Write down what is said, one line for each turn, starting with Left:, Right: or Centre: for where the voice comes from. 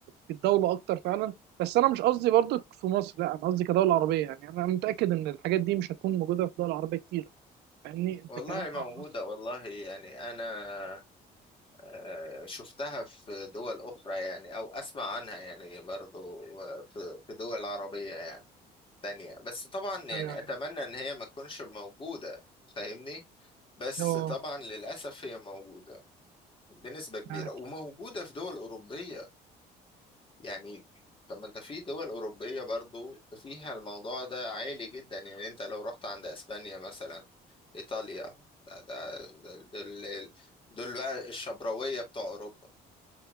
Right: في الدوله اكتر فعلا بس انا مش قصدي برضك في مصر لا انا قصدي كدوله عربيه يعني انا متاكد ان الحاجات دي مش هتكون موجوده في دول عربيه كتير فاهمني انت
Left: والله
Right: اتكلمت
Left: موجودة
Right: عن مصر
Left: والله يعني انا آه، شفتها في دول أخرى يعني أو أسمع عنها يعني برضو آه، في في دول عربية يعني تانية بس طبعا يعني
Right: ايوه ايوه
Left: أتمنى إن هي ما تكونش موجودة فاهمني بس
Right: أه،
Left: طبعا للأسف هي موجودة بنسبة كبيرة
Right: معاك
Left: وموجودة في دول أوروبية يعني طب ما أنت في دول أوروبية برضو فيها الموضوع ده عالي جدا يعني أنت لو رحت عند أسبانيا مثلا إيطاليا ده ده- ده- دول دول بقى الشبراوية بتوع أوروبا